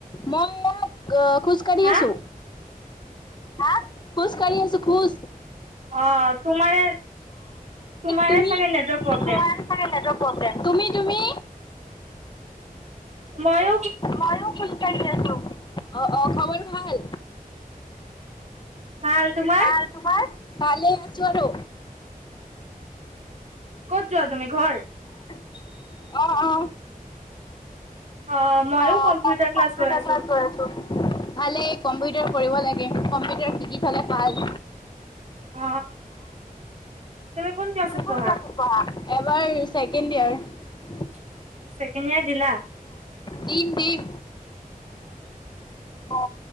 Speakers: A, on the left; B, on the right.
A: মই ইয়াত খোজকাঢ়ি
B: হা
A: আছোঁ হা খোজকাঢ়ি আছো খোজ
B: অ তোমাৰে তোমাৰে
A: তুমি
B: ছাগে
A: তুমি
B: নেটৱৰ্ক প্ৰব্লেম
A: চাগে নেটৱৰ্ক প্ৰব্লেম তুমি তুমি
B: ময়
A: মই য়ো খোজকাঢ়ি আছো। অহ অহ খবৰ ভাল।
B: ভাল তোমাৰ
A: ভাল তোমাৰ। ভালে আছো আৰু।
B: ক'ত যোৱা তুমি ঘৰ।
A: অহ অহ
B: অ
A: অ
B: কম্পিউটাৰ
A: মইয়ো
B: ক্লাছ
A: কম্পিউটাৰ
B: গৈ আছো
A: ক্লাছ গৈ আছো। ভালেই কম্পিউটাৰ কৰিব লাগে কম্পিউটাৰ শিকি থলে ভাল।
B: অ তুমি কোন ক্লাছত।
A: কিহত
B: পঢ়া
A: পৰহা। এবাৰ ছেকেণ্ড ইয়াৰ।
B: <unintelligible> <unintelligible> চেকেণ ইয়াৰ দিলা।
A: দিম দিম। অ